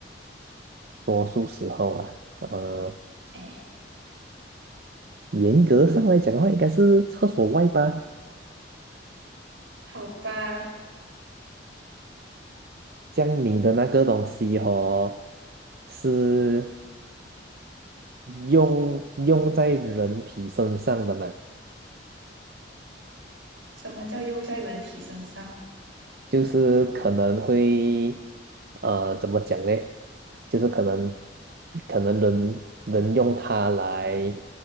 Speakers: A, on the right (about 55°); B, on the right (about 85°).
A: 多数时候啊，呃，
B: 哎，
A: 严格上来讲的话，应该是厕所外吧。
B: 好吧，
A: 这样你的那个东西哦，是用用在人体身上的嘛？
B: 什么叫用在人体身上？
A: 就是可能会，呃，怎么讲嘞？就是可能可能人人用它来，